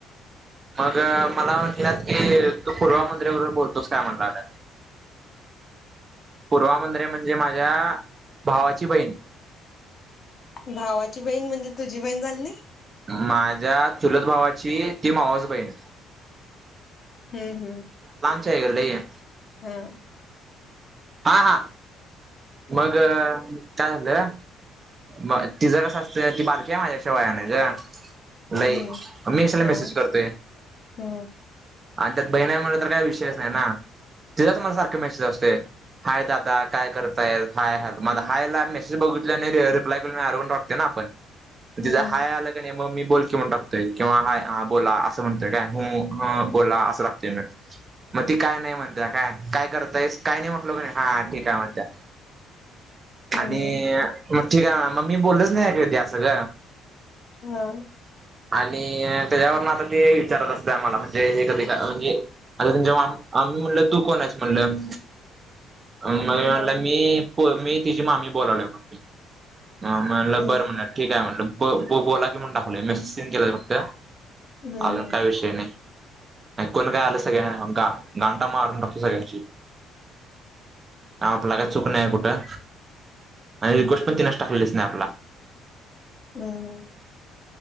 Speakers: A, on the right; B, on the left.
A: मग मला म्हलात की, तू पूर्वामुंदरे बरोबर बोलतोस काय म्हणलं, पूर्वामुंदरे म्हणजे माझ्या भावाची बहीण.
B: भावाची बहीण म्हणजे तुझी बहीण झाली नाय.
A: माझ्या चुलत भावाची ती मावास बहीण.
B: हम्म हम्म.
A: य गला आहे.
B: हा.
A: हा हा. मग का झालं म तिचं कस असत ती बारकी आहे. माझ्याशि वयान ग.
B: हम्म
A: नाहीई मी काला मेसेज
B: हम्म हो
A: करतोय.
B: हम्म
A: आणि त्यात बहिणामुळे तर काही विषयच नाही, ना तिचाच मला सारख मेसेज असतेय, हाय दादा काय करत होय ह हॅलो हायला मेसेज बघितली, आणि रिप्लाय के आयरोगेंड वाटते ना आपण. तिचं
B: हम्म
A: हाय आला मग मी बोल की, म्हणून टातोय किंवा हय हा बोला असं म्हणतय, काय हू हा बोला असं म्हणतोय, मग ती काय नाही म्हणतय, काय काय करतयस काय नाही, म्हटलो हा ठीक आहे म्हण त्या
B: हम्म
A: आणि <unintelligible> ठीक आहे. ना मग मी बोललच नाही ऐक त्या सग.
B: हा.
A: आणि त्याच्यावरून आता ते विचारत असते, आम्हाला म्हणजे हे कधी म्हणजे आता, तुमच्या आम्ही म्हणल तू कोण आहेस म्हणलं. अ
B: हा
A: <unintelligible> मी पो मी तिची मामी बोलाल्या म्हणली. ह म्हणलं
B: हम्म
A: बर म्हटलं ठीक आहे. म्हणलं. ब बो बोला की टाकवले मेसेज ते केलेले बघते.
B: हम्म हम्म
A: अजून काय विषय नाही. कोण काय आलं सगळ्या <unintelligible> आम घंटा मारून टाकतो सगळ्याची आपला का चुक नाही कुठं आणि गोष्ट पण तिनस टाकलेलीच स्नॅप ला.
B: हम् हम.